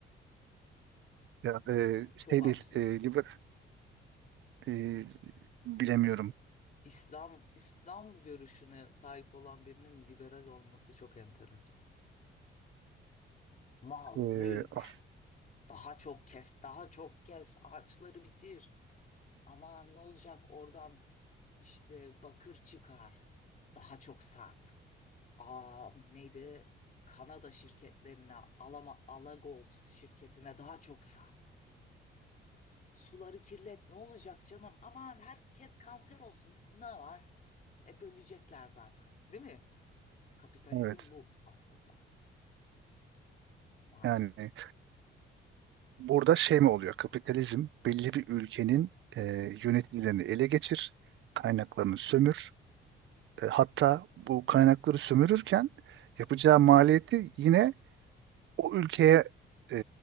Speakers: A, on the right; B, on the left.
A: Ya, e,
B: <laughs> Çok
A: şey
B: absürt.
A: değil, e, liber, e, bilemiyorum.
B: İslam İslam görüşüne sahip olan birinin liberal olması çok enteresan. Mal,
A: E,
B: mülk,
A: af-
B: daha çok kes, daha çok kes, ağaçları bitir. Aman ne olacak oradan işte bakır çıkar, daha çok sat. Aa neydi? Kanada şirketlerine, Alama Alagold şirketine daha çok sat. Suları kirlet, ne olacak canım? Aman herkes kanser olsun, ne var? Hep ölecekler zaten, değil mi? Kapitalizm
A: evet,
B: bu aslında maalesef.
A: yani Burada şey mi oluyor? Kapitalizm belli bir ülkenin e, yöneticilerini ele geçir, kaynaklarını sömür. E, hatta bu kaynakları sömürürken yapacağı maliyeti yine o ülkeye e,